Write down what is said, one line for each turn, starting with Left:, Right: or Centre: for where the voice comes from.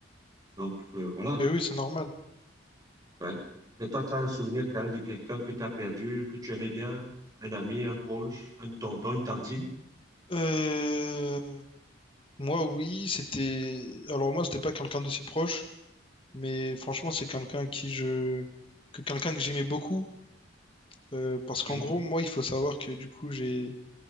Right: Donc, euh, voilà.
Left: Et oui, c'est normal.
Right: Ouais. Mais toi, tu as un souvenir quand même de quelqu'un que tu as perdu, que tu aimais bien, un ami, un proche, un tonton, une tantine.
Left: Euh... Moi, oui, c'était. Alors, moi, c'était pas quelqu'un d'aussi proche, mais franchement, c'est quelqu'un à qui je. que quelqu'un que j'aimais beaucoup. euh, parce
Right: OK.
Left: qu'en gros, moi, il faut savoir que du coup, j'ai